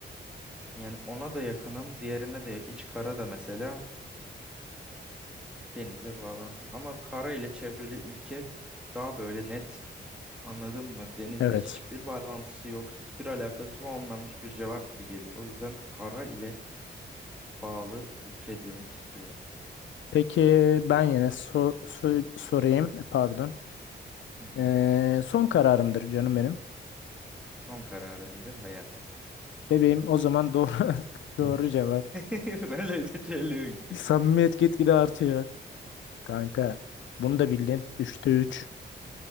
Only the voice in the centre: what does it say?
Yani ona da yakınım. Diğerine de iç kara da mesela denize bağlantısı. Ama kara ile çevrili ülke daha böyle net Anladın mı? Denizle
hiçbir bağlantısı yok, hiçbir alakası olmamış bir cevap gibi geliyor. O yüzden kara ile bağlı ülke demek istiyorum.
Hı hı.
Son kararındır hayat.
<laughs>
Böyle de seçelim gidecek.